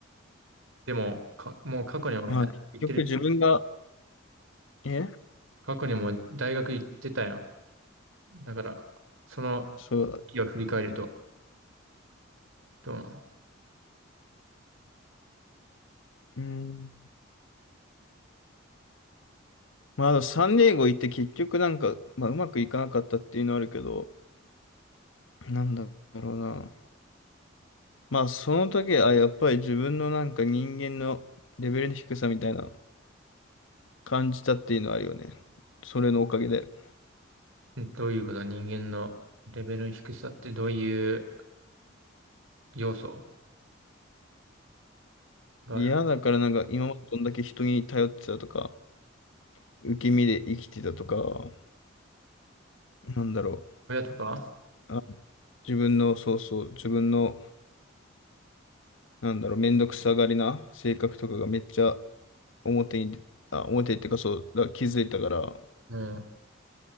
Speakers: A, on the right; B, on the left.
A: でも、か、もう過去にも大学行ってる。
B: まあ結局自分が、え
A: 過去にも大学行ってたやん。だから、その
B: そうだ。
A: 時を振り返ると、どうな
B: うん。まああのサンディエゴ行って結局なんか、まあうまくいかなかったっていうのはあるけど、なんだろうな。まあ、その時、あ、やっぱり自分のなんか人間のレベルの低さみたいな感じたっていうのはあるよね。それのおかげで。
A: のどういうこと人間のレベルの低さってどういう要素がある
B: 嫌だからなんか今までどんだけ人に頼ってたとか、受け身で生きてたとか、なんだろ
A: 親とか
B: う。あ、自分の、そうそう、自分の、なんだろう、めんどくさがりな性格とかがめっちゃ表に、あ、表っていうかそう、だ、気づいたから、
A: うん。